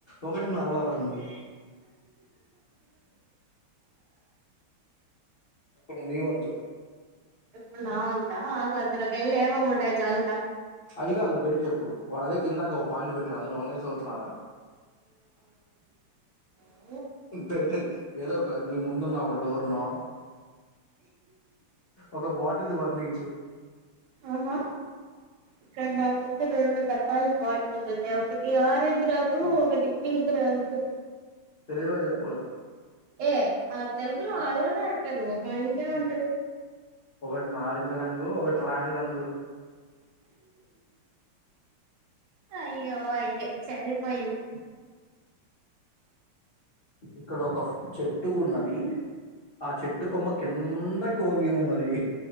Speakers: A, on the left; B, on the right.
A: ఒకటి నల్ల రంగు ఇప్పుడు నీవంతు
B: ఇప్పుడు నావంతా ఆ గది లోకి వెళ్లి ఏమేం ఉన్నాయో చదువుతా
A: అది కాదు బయట చెప్పు వాడదే కిందాక ఓ పాయింట్ పెట్టాడు అందలో ఉన్నయ్ చదువుతరా
B: ఊ
A: ఇపుడు ఐతే ఏదో ఒక నీ ముందున్నా ఒక డోర్ నో ఒక బాటిల్ ని వర్ణించు
B: ఆహా ఇక్కడ నా ముందు రెండు రకాల బాటిల్ ఉన్నదే ఒకటి ఆరేంజ్ రంగు ఒకటి పింక్ రంగు
A: హీరో చెప్పు
B: ఏ ఆ తెలగులు అల్ల నే అంటరు మరి ఇంకేం అంటారు
A: ఒకటి నారింజ రంగు ఒకటి రాణి రంగు
B: అయ్యో అయ్యో సరిపోయింది
A: ఇక్కడ ఒక చెట్టు ఉన్నది ఆ చెట్టు కొమ్మ కిందకి వంగి ఉన్నది